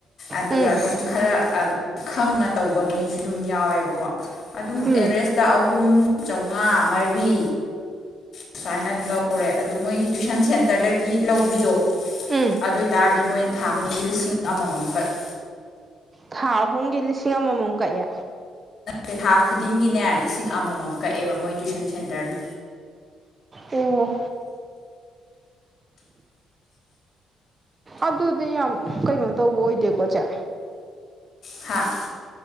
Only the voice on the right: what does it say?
ꯎꯝ
ꯎꯝ
ꯎꯝ
ꯊꯥ ꯑꯍꯨꯝꯒꯤ ꯂꯤꯁꯤꯡ ꯑꯃꯃꯨꯝ ꯀꯛꯑꯦ꯫
ꯑꯣ ꯑꯗꯨꯗꯤ ꯌꯥꯝ ꯀꯩꯅꯣ ꯇꯧꯕ ꯑꯣꯏꯗꯦꯀꯣ ꯁꯦ